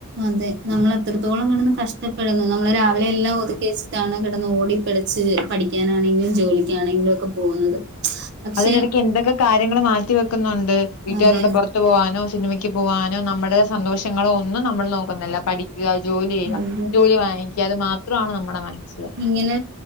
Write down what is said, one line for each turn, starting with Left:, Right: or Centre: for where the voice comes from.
Right: അതെ നമ്മൾ അത്രത്തോളം കിടന്ന് കഷ്ടപ്പെടുന്നു നമ്മളള് രാവിലെ എല്ലാം ഒതുക്കി വെച്ചിട്ടാണ് കിടന്ന് ഓടി പിളച്ച് പഠിക്കാനാണെങ്കിലും ജോലിക്കാണെങ്കിലും ഒക്കെ പോകുന്നത് പക്ഷെ
Left: അതിനിടയ്ക്ക് എന്തൊക്കെ കാര്യങ്ങൾ മാറ്റിവെക്കുന്നുണ്ട് വീട്ടുകാരുടെ
Right: അതെ
Left: പുറത്തു പോകാനോ സിനിമയ്ക്ക് പോവാനോ നമ്മടെ സന്തോഷങ്ങളോ ഒന്നും നമ്മൾ നോക്കുന്നില്ല പഠിക്കുക ജോലി
Right: അതെ
Left: ചെയ്യുക ജോലി വാങ്ങിക്കു അത് മാത്രമാണ് നമ്മുടെ മനസ്സ്
Right: ഇങ്ങനെ